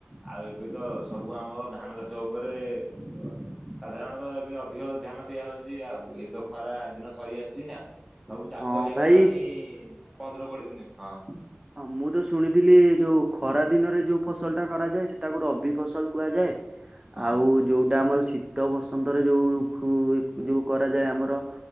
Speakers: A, in the centre; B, on the right.
A: ଆଉ ଏବେ ତ ସବୁ ଆମର ଧାନ ଚାଷ ଉପରେ ଉଁ ଆଁ। ସାଧାରଣତଃ ଏବେ ଅଧିକ ଧ୍ୟାନ ଦିଆହଉଛି ଆଉ ଏଇତ ଖରା ଦିନ ସରି ଆସୁଛି ନା? ସବୁ ଚାଷ
B: ହଁ
A: ହେଇଗଲାଣି
B: ଭାଇ
A: ପନ୍ଦର କୋଡିଏ ଦିନି ହଁ।
B: ହଁ ମୁଁ ତ ଶୁଣିଥିଲି ଯୋଉ ଖରା ଦିନରେ ଯୋଉ ଫସଲ ଟା କରାଯାଏ ସେଟାକୁ ରବି ଫସଲ କୁହାଯାଏ।
A: ହଁ
B: ଆଉ ଯୋଉଟା ଆମର ଶୀ ଶୀତ ବସନ୍ତରେ ଯୋଉ ହୁଏ ଯୋଉ କରାଯାଏ ଆମର